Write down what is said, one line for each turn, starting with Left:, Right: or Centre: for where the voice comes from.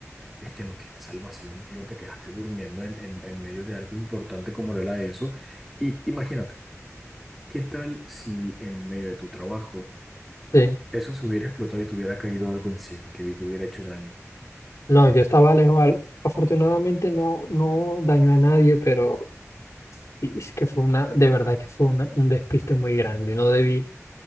Centre: es que no tienes salvación, tío, te quedaste durmiendo en, en, en medio de algo importante como era eso. Y imagínate, ¿qué tal si en medio de tu trabajo
Left: Sí.
Centre: eso se hubiera explotado y te hubiera caído algo encima, tío, y te hubiera hecho daño?
Left: No, yo estaba lejos. al- Afortunadamente no, no dañó a nadie, pero sí, es que fue una, de verdad que fue una- un despiste muy grande. No debí,